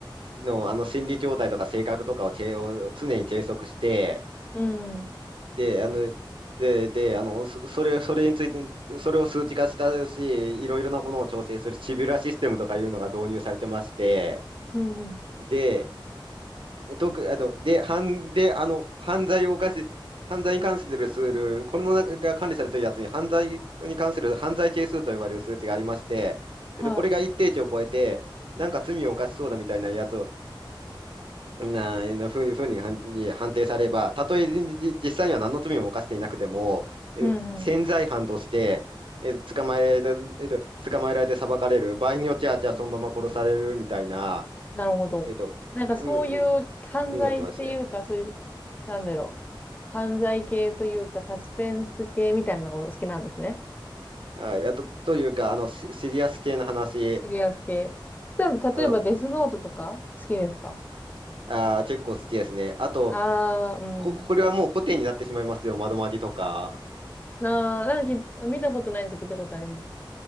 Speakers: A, on the right; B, on the left.
A: の、あの、心理状態とか性格とかを、チェを常に計測して、
B: うん。
A: で、あの、で、で、あの、そそれ、それについて、それを数値化したし、いろいろなものを調整するシビュラシステムとかいうのが導入されてまして、
B: うんうん。
A: で、特、あの、で、犯、で、あの、犯罪を犯し、犯罪に関する数ル、これの中が管理されているやつに、犯罪に関する犯罪係数と呼ばれる数値がありまして、
B: はい。
A: えっと、これが一定値を超えて、なんか罪を犯しそうだみたいなやつを、な、なふうふうに判、に判定されれば、たとえじじ実際には何の罪も犯していなくても、えっと、
B: うんうん。
A: 潜在犯として、えっと、捕まえ、えっと、捕まえられて裁かれる、場合によっては、じゃあそのまま殺されるみたいな、
B: うん、なるほど。
A: えっと、
B: なんかそういう犯罪っていうか、
A: うん、ふうになってます
B: そういう、なんだろう。犯罪系というか、サスペンス系みたいなのがお好きなんですね。
A: あいや、あと、というか、あの、シシリアス系の話、
B: シリアス系。そしたら、例えばデスノートとか好きですか
A: あの、あー、結構好きですね。あと、
B: ああー、うん。
A: こ、これはもう古典になってしまいますよ。窓マジとか。
B: ああ、なんかき見たことないんですけど、聞いたことあります。